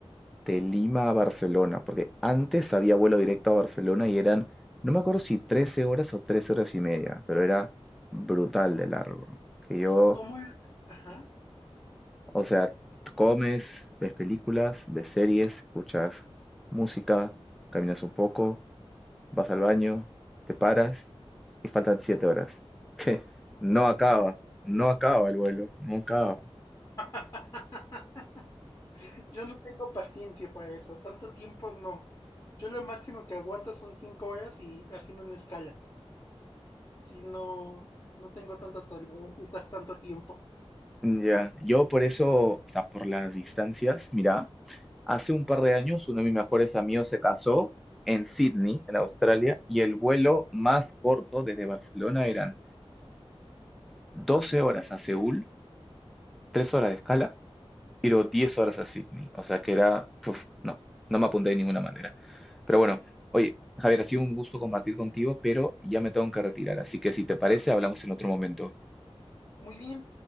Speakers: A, in the centre; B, on the left.
A: de Lima a Barcelona, porque antes había vuelo directo a Barcelona y eran, no me acuerdo si 13 horas o 3 horas y media, pero era brutal de largo. Que yo,
B: ¿Cómo? el- Ajá.
A: o sea, comes, ves películas, ves series, escuchas música, caminas un poco, vas al baño, te paras y faltan 7 horas. <laughs> Que no acaba, no acaba el vuelo, no acaba.
B: <laughs> Yo no tengo paciencia para eso. Tanto tiempo no. Yo lo máximo que aguanto son cinco horas y haciendo una escala. Si no, no tengo tanta tolerancia a estar tanto tiempo.
A: Ya, yo por eso, o sea, por las distancias, mira, Hace un par de años uno de mis mejores amigos se casó en Sydney, en Australia, y el vuelo más corto desde Barcelona eran 12 horas a Seúl, 3 horas de escala, y luego 10 horas a Sydney. O sea que era, uf, no, no me apunté de ninguna manera. Pero bueno, oye, Javier, ha sido un gusto compartir contigo, pero ya me tengo que retirar, así que si te parece, hablamos en otro momento.
B: Muy bien.